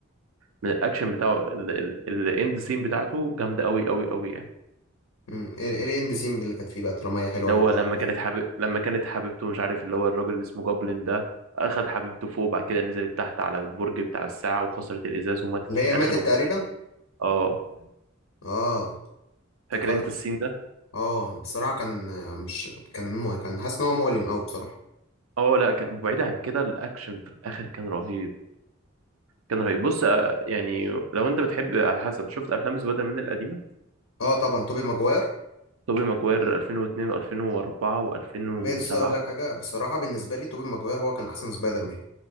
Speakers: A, on the right; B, on the left.
A: من الاكشن بتاعه الاند سين بتاعته جامده قوي قوي قوي يعني
B: امم ايه ايه الاند سين اللي كانت فيه بقى طالما هي حلوه
A: اللي
B: قوي
A: هو
B: كده
A: لما
B: وعجبتك
A: كانت حبيب لما كانت حبيبته مش عارف اللي هو الراجل اللي اسمه جوبلin ده اخد حبيبته فوق بعد كده نزلت تحت على البرج بتاع الساعه وكسرت الازاز وماتت
B: اللي
A: في
B: هي
A: الاخر
B: ماتت
A: ومش
B: تقريبا
A: عارف اه
B: اه افتكرت
A: فاكر انت السين ده
B: اه بصراحة كان مش كان مو... كان حاسس ان هو مؤلم قوي بصراحة
A: اه لا كان بعيد عن كده الاكشن في الاخر كان رهيب كان رهيب بص آه، يعني لو انت بتحب على حسب شفت افلام سبايدر مان القديمه
B: اه طبعا توبي ماجواير
A: توبي ماجواير 2002 و2004 و2007
B: بس اقول لك حاجة بصراحة بالنسبة لي توبي ماجواير هو كان احسن سبايدر مان